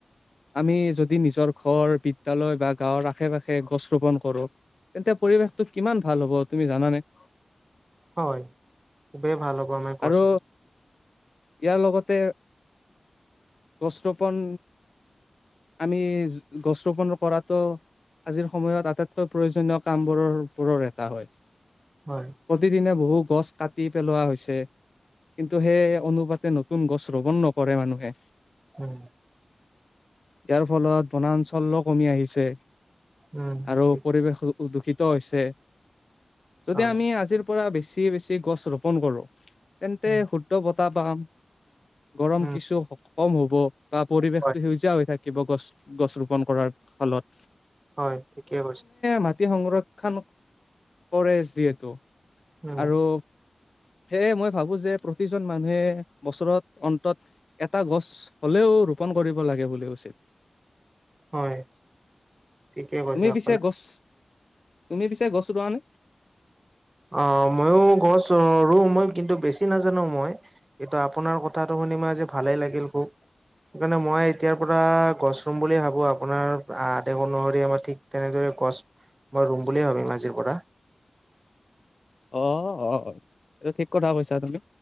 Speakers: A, on the left; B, on the right.
A: আমি যদি নিজৰ ঘৰ বিদ্যালয় বা গাঁৱৰ আশে পাশে গছ ৰোপন কৰো তেন্তে পৰিৱেশটো কিমান ভাল হ'ব তুমি জানানে? <inaudible>
B: হয় খুবেই ভাল হ'ব আমাৰ গছ
A: আৰু ইয়াৰ লগতে গছ ৰোপন আমি গছ ৰোপনৰ পৰাত ত' আজিৰ সময়ত আটাইতকৈ প্ৰয়োজনীয় কাম ঘৰৰ উপৰত এটা হয়,
B: হয়,
A: প্ৰতিদিনে বহু গছ কাটি পেলোৱা হৈছে। কিন্তু সেই অনুপাতে নতুন গছ ৰৱন নকৰে মানুহে।
B: হম
A: ইয়াৰ ফলত বনাঞ্চলও কমি আহিছে।
B: উম,
A: আৰু
B: ঠিক
A: পৰিৱেশ দূষিত হৈছে, যদি
B: হয়,
A: আমি আজিৰ পৰা বেছি বেছি গছ ৰোপন কৰো, তেন্তে
B: উম,
A: শুদ্ধ বতাহ পাম গৰম
B: উম,
A: কিছু কম হব, বা পৰিৱেশটো
B: হয়,
A: সেউজীয়া হৈ থাকে কিবা গছ গছ ৰোপণ কৰাৰ ফালত
B: হয় ঠিকে কৈছে
A: মাটি সংৰক্ষণ কৰে যিহেত,
B: উম,
A: আৰু সেয়ে মই ভাবো যে প্ৰতিজন মানুহে বছৰত অন্তত এটা গছ হলেও ৰোপন কৰিব লাগে বুলি উচিত।
B: হয় ঠিকে কৈছে
A: তুমি
B: আপুনি।
A: পিছে গছ তুমি পিছে গছ ৰোৱানে?
B: অ' মইয়ো গছ ৰোওঁ, মই কিন্তু বেছি নাজানো মই কিন্তু আপোনাৰ কথাটো-া আপুনি মই আজি ভালেই লাগিল খুব সেইকাৰণে মই এতিয়াৰ পৰা গছ ৰুম বুলি ভাবো আপোনাৰ আদেশ অনুসৰি আমাৰ ঠিক তেনেদৰে গছ মই ৰুম বুলি ভাবিম আজিৰ পৰা।
A: অ' অ' এইটো ঠিক কথা কৈছা তুমি,